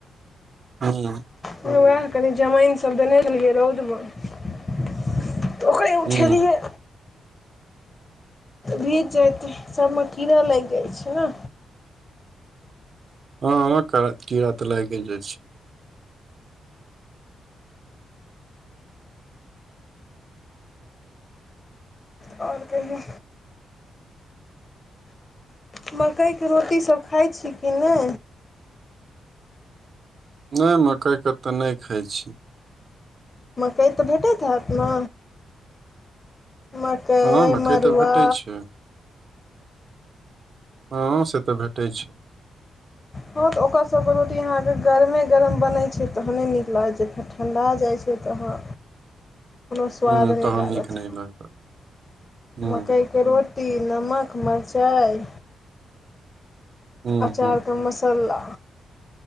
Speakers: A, on the right; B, on the left.
A: हँ।
B: वैह कनि जमाइनसभ देने रहियै रौदमे तऽ ओकरे उठेलियै।
A: हूं
B: भीज जैतै सबमे कीड़ा लागि जाइ छै ने।
A: हँ करा कीड़ा तऽ लाइगे जाइ छै।
B: आओर कहियौ। मकइके रोटीसभ खाइ छी कि नै।
A: नै मकइके तऽ नै खाइ छी।
B: मकइ तऽ भेटैत हैत ने। मकइ,
A: हँ
B: मड़ुआ।
A: तऽ भेटै छै हँ से तऽ भेटै छै।
B: हँ तऽ ओकर सभके रोटी अहाँके गरमे गरम बनै छै तखने नीक लागै छै, फेर ठण्डा जाइ छै तऽ अहाँ कोनो स्वाद
A: हूं
B: नहि
A: तहन
B: लागत,
A: नीक नहि लागल हूं
B: मकइ के रोटी, नमक, मरचाय,
A: हूं
B: अचार
A: हूं
B: के मसल्ला